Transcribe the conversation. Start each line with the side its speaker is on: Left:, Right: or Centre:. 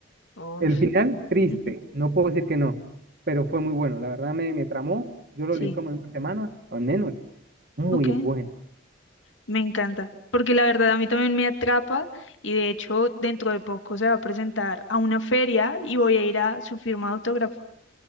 Left: Oh,
Right: El final, triste,
Left: Ujú.
Right: no puedo decir que no, pero fue muy bueno, la verdad me, me tramó, yo lo
Left: sí,
Right: leí como en una semana, o menos, muy
Left: ok,
Right: bueno,
Left: me encanta. Porque la verdad a mí también me atrapa y de hecho dentro de poco se va a presentar a una feria y voy a ir a su firma de autógrafo.